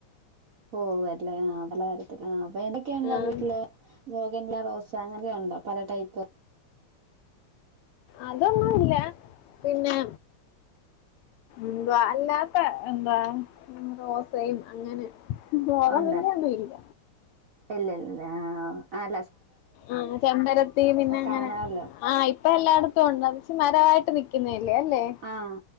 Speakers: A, on the right; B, on the left.
A: ഓ അല്ലെ ആഹ പലതരത്തില ആ അപ്പൊ എന്തൊക്കെയൊണ്ട്
B: ഉം
A: വീട്ടില് <unintelligible> റോസ അങ്ങനൊക്കെയൊണ്ടോ ഉണ്ടോ പല ടൈപ്പ്
B: അതൊന്നുമല്ല പിന്നെ എന്തുവാ അല്ലാത്ത എന്താ റോസയും അങ്ങനെ ബോഗൺവില്ലയൊന്നും
A: ഉണ്ടല്ല
B: ഇല്ല
A: ഇല്ലല്ല ആ ആ <unintelligible>
B: ആ ചെമ്പരത്തി പിന്നെ അങ്ങനെ
A: കാണാല്ലോ
B: ആ ഇപ്പൊ എല്ലായിടത്തും ഉണ്ടത് മരമായിട്ട് നി ക്കുന്നയല്ലേ അല്ലേ
A: ആഹ്